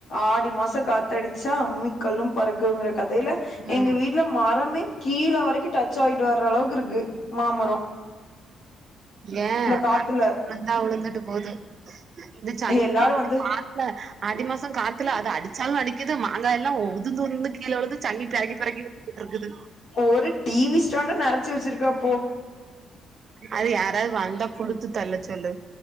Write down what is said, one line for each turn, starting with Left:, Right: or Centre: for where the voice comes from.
Left: ஆடி மாசம் காத்தடிச்சா அம்மிக்கல்லும் பறக்குங்கிற கதைல எங்க
Right: ம்
Left: வீட்ல மரமே. கீழ வரைக்கும் டச் ஆகிட்டு வர்ர அளவுக்கு இருக்கு மாமரம்.
Right: ஏ
Left: காத்துல
Right: <inaudible> உளுந்தா உழுந்துட்டு போது இந்த சங்கிதா
Left: எல்லாரு
Right: புள்ள
Left: வந்து
Right: பாத். இல்ல ஆதி மாசம் காத்துல அது அடிச்சாலும் அடிக்குது மாங்காய்லாம் உதுந்துந்து கீழ விழுது. <unintelligible>
Left: ஒரு டிவி ஸ்டாண்ட நரச்சு வச்சுருக்கப்போ.
Right: அது யாராது வந்தா குடுத்து தல்ல சொல்லு.